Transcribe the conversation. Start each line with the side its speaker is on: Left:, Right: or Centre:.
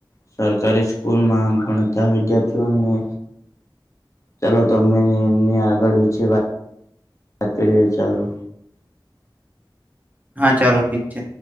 Left: સરકારી સ્કૂલમાં ભણતાં વિદ્યાર્થીઓને ચાલો તમને એમની આગળ વિશે વા વાત કરીએ ચાલો.
Right: હા ચાલો ઠીક છે.